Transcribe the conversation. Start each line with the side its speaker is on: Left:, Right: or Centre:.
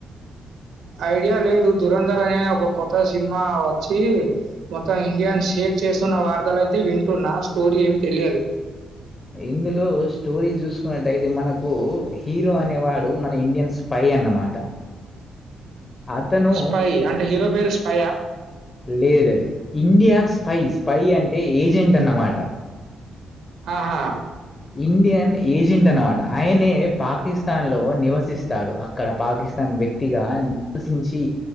Right: ఐడియా లేదు దురంధర్ అనే ఒక కొత్త సినిమా వచ్చీ, మొత్తం ఇండియాను షేక్ షేర్ చేస్తున్న వార్తలయితే వింటున్నా, స్టోరీ ఏమి తెలియదు
Left: ఇందులో స్టోరీ చూసుకున్నట్టయితే మనకూ హీరో అనేవాడు మన ఇండియన్ స్పై దీ అన్నమాట అతను
Right: స్పై అంటే హీరో పేరు స్పై
Left: లేదు లేదు ఇండియా స్పైస్ పై అంటే ఏజెంటన్నమాట.
Right: ఆహా
Left: ఇండియన్ ఏజెంట్ అనమాట, ఆయనే పాకిస్తాన్ లో నివసిస్తాడు అక్కడ పాకిస్తాన్ న్ వ్యక్తిగా నివసించి